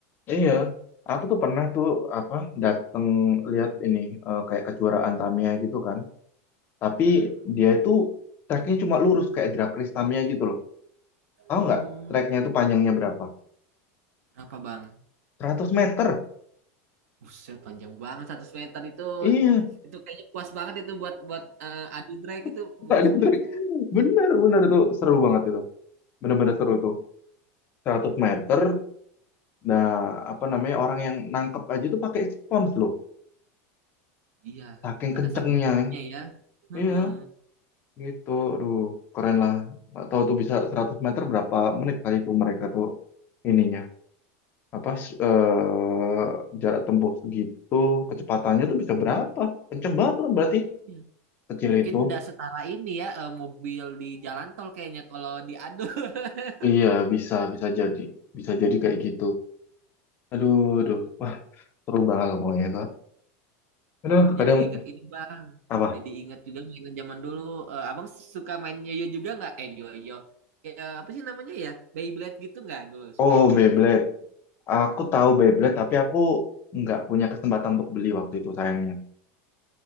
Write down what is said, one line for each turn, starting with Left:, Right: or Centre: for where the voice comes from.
Left: Iya. Aku tuh pernah tuh apa dateng lihat ini eh, kayak kejuaraan Tamiya gitu kan. Tapi
Right: Hmm.
Left: dia itu treknya cuma lurus kayak drag race Tamiya gitu loh. Tahu
Right: Oh,
Left: nggak treknya itu panjangnya berapa?
Right: berapa bang?
Left: 100 meter.
Right: Buset, panjang banget 100 meter itu.
Left: Iya,
Right: Itu kayaknya puas banget itu buat buat eh, adu drag itu
Left: <laughs>
Right: puas
Left: tak ada trek.
Right: banget itu.
Left: Bener, bener itu seru banget itu. Bener-bener seru tuh. 100 meter.
Right: Hmm.
Left: Nah, apa namanya orang yang nangkep aja tuh pakai spons loh.
Right: Iya,
Left: Saking
Right: karena
Left: kencengnya
Right: saking cepatnya
Left: kan.
Right: ya. Heeh.
Left: Iya. Gitu, aduh, keren lah. Nggak tahu tuh bisa 100 meter berapa menit kali tuh mereka tuh ininya. Apa, s- eh, jarak tempuh segitu, kecepatannya tuh bisa berapa? Kenceng banget lah berarti.
Right: Iya.
Left: Kecil
Right: Mungkin
Left: itu.
Right: udah setara ini ya eh, mobil di jalan tol kayaknya kalau diadu. <laughs>
Left: Iya, bisa, bisa jadi. Bisa jadi kayak gitu. Aduh,
Right: Heeh.
Left: aduh. Wah, seru banget lah pokoknya, Kak. Aduh,
Right: Aku
Left: kadang,
Right: jadi keinget ini bang.
Left: apa?
Right: Jadi ingat juga mainan zaman dulu. Eh, abang suka main yoyo juga nggak? Eh yoyo. Ya, apa sih namanya ya? Beyblade gitu nggak dulu?
Left: Oh,
Right: Suka main
Left: Beyblade.
Right: Beyblade.
Left: Aku tahu Beyblade, tapi aku nggak punya kesempatan untuk beli waktu itu, sayangnya.